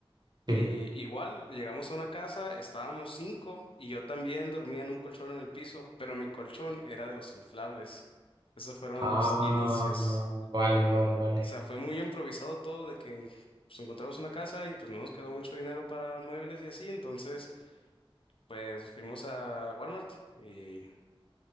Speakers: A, on the right; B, on the left.
A: sí.
B: Y igual llegamos a una casa, estábamos cinco y yo también dormía en un colchón en el piso, pero mi colchón era de los inflables. Esos fueron
A: Ah,
B: los inicios
A: vale, vale, vale.
B: sea, fue muy improvisado todo de que pues, encontramos una casa y pues no nos quedó mucho dinero para muebles y así, entonces pues fuimos a Walmart y